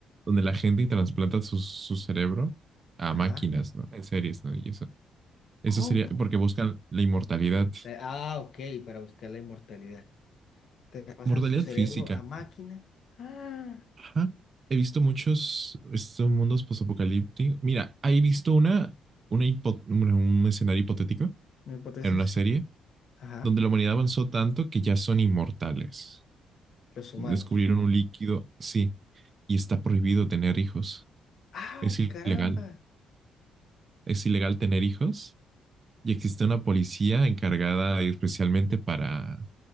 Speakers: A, on the right (about 40°); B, on the left (about 65°).
A: donde la gente transplanta su, su cerebro a
B: ajá.
A: máquinas, ¿no? En series, ¿no? Y eso, eso
B: ¿Cómo?
A: sería porque buscan la inmortalidad,
B: Eh, Ah, ok, para buscar la inmortalidad. te pasan
A: mortalidad
B: su cerebro
A: física.
B: a máquina. Ah,
A: Ajá. He visto muchos estos mundos posapocalípticos. Mira, he visto una, una hipo- bueno, un escenario hipotético
B: una hipótesis.
A: en una serie
B: Ajá.
A: donde la humanidad avanzó tanto que ya son inmortales.
B: Los humanos.
A: Descubrieron un líquido, sí, y está prohibido tener hijos.
B: Ah,
A: Es ilegal.
B: caramba.
A: Es ilegal tener hijos y existe una policía encargada especialmente para